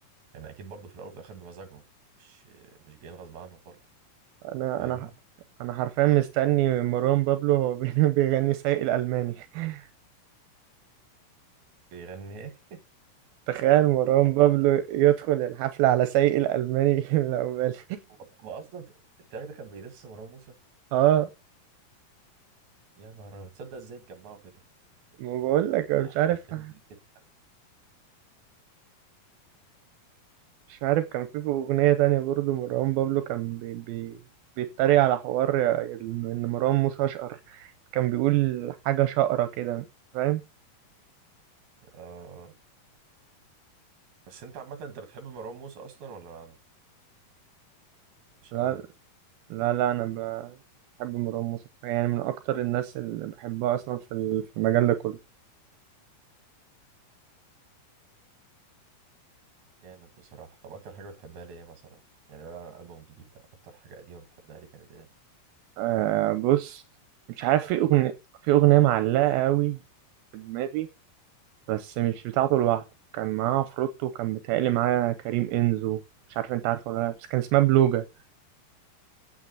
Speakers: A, on the right; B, on the right.
A: يعني اكيد برضه في الاول وفي الاخر بمزاجهم مش مش جايين غصب عنهم برضه
B: انا
A: فاهمني
B: انا ح- انا حرفيا مستني مروان بابلو هو <laughs> بي- بيغني سايق الالماني <laughs>
A: بيغني ايه
B: تخيل مروان
A: <laughs>
B: بابلو يدخل الحفله على سايق الالماني <laughs> اللي عقبالي
A: هو هو اصلا في التراك ده كان بيدس مروان موسى
B: اه
A: يا نهار أبيض، تصدق ازاي اتجمعوا كده
B: ما بقول لك مش
A: آه،
B: عارف
A: كان فيلم جامد جداً.
B: مش عارف كان في اغنيه تانية برضو مروان بابلو كان بي بي بيتريق على حوار ان إن مروان موسى اشقر كان بيقول حاجه شقره كده فاهم
A: آه، بس انت عامه انت بتحب مروان موسى اصلا ولا مش
B: لا
A: قوي
B: لا لا انا ب- بحب مروان موسى يعني من اكتر الناس اللي بحبها اصلا في ال- في المجال ده كله
A: جامد بصراحة طب أكتر حاجة بتحبها ليه مثلا يعني بعيد عن الألبوم الجديد ده أكتر حاجة قديمة بتحبها ليه كانت إيه
B: آه بص مش عارف في اغنيه في اغنيه معلقه قوي في دماغي بس مش بتاعته لوحده كان معاه عفروتو وكان متهيألي معاه كريم إنزو مش عارف انت عارفه ولا لا بس كان اسمها بلوجا